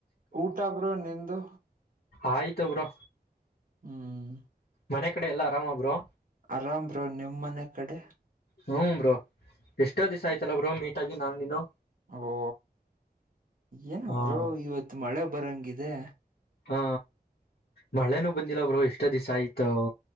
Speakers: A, on the right; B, on the left.
A: ಊಟ ಬ್ರೋ ನಿಂದು.
B: ಅಯ್ತು ಬ್ರೋ
A: ಹ್ಮ್
B: ಮನೆ ಕಡೆ ಎಲ್ಲ ಆರಾಮ ಬ್ರೊ.
A: ಆರಾಮ ಬ್ರೋ ನಿಮ್ಮ ಮನೆ ಕಡೆ.
B: ಹ್ಮ್ ಬ್ರೋ ಎಷ್ಟೋ ದಿಸಾ ಆಯ್ತಲ್ಲ ಬ್ರೋ ಮೀಟ್ ಆಗಿ ನಾನು ನೀನು.
A: ಓ ಏನು
B: ಹ
A: ಬ್ರೋ ಇವತ್ತು ಮಳೆ ಬರಂಗಿದೆ.
B: ಹಾ ಮಳೆನೂ ಬಂದಿಲ್ಲ ಬ್ರೋ ಇಷ್ಟ ದಿಸಾ ಆಯ್ತು.